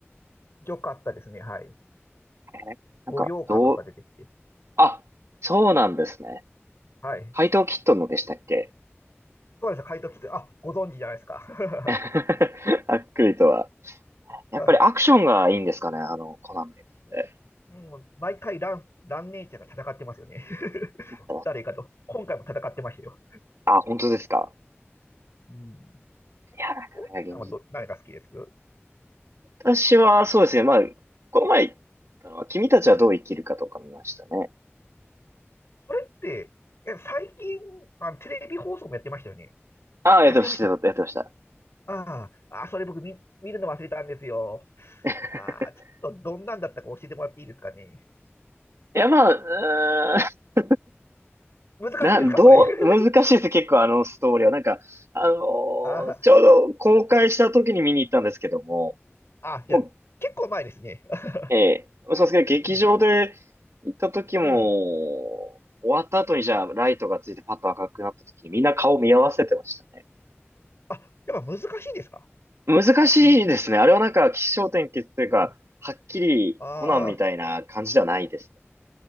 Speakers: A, on the left; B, on the right.
A: よかったですね。はい。
B: えーなんか、
A: 五稜郭が出てきて。
B: どう、あ、そうなんですね。
A: はい。
B: 怪盗キットンのでしたっけ
A: そうです。怪盗キて、あ、ご存知じゃないですか。
B: <laughs> あっくりとは。やっぱりアクションがいいんですかね、
A: <laughs> はい。
B: あの、コナンの映画って。
A: うんうん、毎回ラン、ランネちゃんが戦ってますよね。<laughs>
B: なんか
A: 誰かと。今回も戦ってましたよ。
B: あ、本当ですか。
A: うん。
B: いや、なかなか現実。
A: オーケーさんはど、何が好きです
B: 私は、そうですね。まあ、この前言ったのは、君たちはどう生きるかとか見ましたね。
A: それって、え、最近、あ、テレビ放送もやってましたよね。
B: ああ、やってました、
A: あ、違いましたっけ
B: やってました。
A: ああ、あ、それ僕見、見るの忘れたんですよ。
B: <laughs>
A: ああ、ちょっとどんなんだったか教えてもらっていいですかね。
B: いや、まあ、うー
A: 難しいですか、
B: ん、な、どう、
A: これ。<laughs>
B: 難しいです、結構あのストーリーは。なんか、あのー
A: あ
B: ちょうど公開した時に見に行ったんですけども、
A: あ、あ、
B: もう、
A: じゃあ、結構前ですね。<laughs>
B: えー、そうですけど、劇場で行った時も、
A: うん、うん。
B: 終わった後にじゃあ、ライトがついてパッと赤くなった時にみんな顔見合わせてましたね。
A: あ、やっぱ難しいですか
B: 難しいですね。
A: うん、
B: あれはなんか、起承転結というか、
A: うん。
B: はっきりコナンみたいな感じではないですね。
A: ああ、